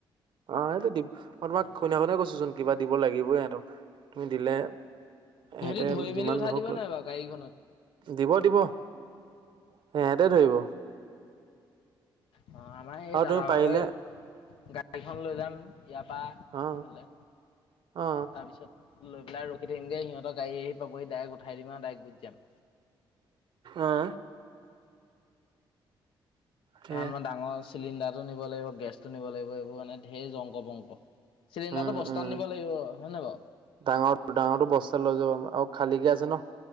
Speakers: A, on the right (about 65°); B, on the left (about 80°).
A: অ এইটো দিব তোমাক
B: বাহিৰতে
A: কৈছো চোন কিবা দিব লাগিবই। তুমি দিলে
B: সিহঁতি
A: এহেতে
B: ধৰি
A: যিমান
B: মেলি উঠাই
A: নহক
B: দিব
A: লৈ
B: নাই বাৰু গাড়ীখনত
A: দিব দিব সিহতে ধৰিব।
B: অ আমাৰ এই
A: আৰু
B: দাদা
A: তুমি পাৰিলে
B: ভাগৰ গাড়ীখন লৈ যাম ইয়াৰ পৰা
A: অ
B: সেফালে
A: অ
B: তাৰপিছত লৈ পেলাই ৰখি থাকিমগে সিহঁত গাড়ী আহি পাবহি ডাইৰেক উঠাই দিম আৰু ডাইৰেক গুচি যাম।
A: আহ। সেয়া
B: আৰু আমাৰ ডাঙৰ চিলিণ্ডাৰটো নিব লাগিব, গেছটো নিব লাগিব এইবোৰ মানে সেই জংক পংক। চিলিণ্ডাৰটো
A: উম
B: বস্তাত
A: উম
B: নিব লাগিব হয় নে বাৰু?
A: ডাঙৰ ডাঙৰটো বস্তা লৈ যাব আৰু খালীকে আছে ন।